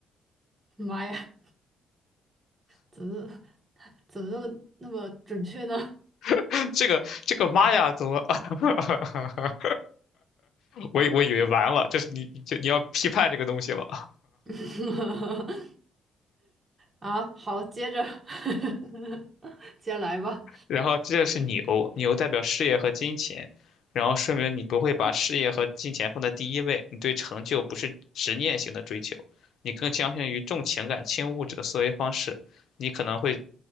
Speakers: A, on the right (about 30°); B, on the left (about 70°).
A: 妈呀，怎么 <laughs> 怎么那么那么准确呢？
B: <laughs> 这个这个妈呀，怎么？<laughs> 我以我以为完了，这是你你这你要批判这个东西了。
A: <laughs> 啊，好，接着 <laughs> 接着来吧。
B: 然后这是牛，牛代表事业和金钱，然后说明你不会把事业和金钱放在第一位，你对成就不是执念型的追求，你更倾向于重情感轻物质的思维方式，你可能会